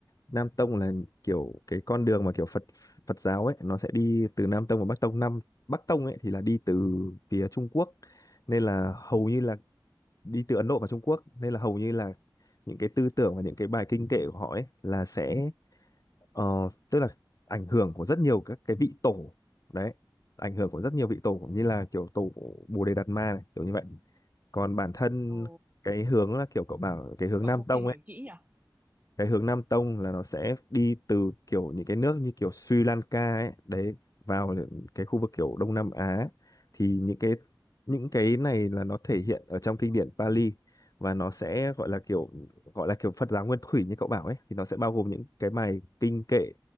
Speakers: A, on the left; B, on the right.
A: Nam Tông là kiểu cái con đường mà kiểu Phật Phật giáo ấy nó sẽ đi từ Nam Tông và Bắc Tông Nam Bắc Tông ấy thì là đi từ phía Trung Quốc nên là hầu như là đi từ Ấn Độ và Trung Quốc nên là hầu như là những cái tư tưởng và
B: Ừ.
A: những cái bài kinh kệ của họ ấy là sẽ Ờ, tức là ảnh hưởng của rất nhiều các cái vị tổ đấy ảnh hưởng của rất nhiều vị tổ cũng như là kiểu tổ Bồ Đề Đạt Ma này, kiểu như vậy còn bản thân
B: Ồ,
A: cái hướng là kiểu cậu bảo cái hướng
B: cậu
A: Nam
B: cũng
A: Tông
B: tìm hiểu
A: ấy
B: kỹ nhỉ?
A: cái hướng Nam Tông là nó sẽ đi từ kiểu những cái nước như kiểu Sri Lanka ấy đấy vào những cái khu vực kiểu Đông Nam Á thì những cái những cái này là nó thể hiện ở trong kinh điển Pali và nó sẽ gọi là kiểu gọi là kiểu Phật giáo nguyên thủy như cậu bảo ấy thì nó sẽ bao gồm những cái bài kinh kệ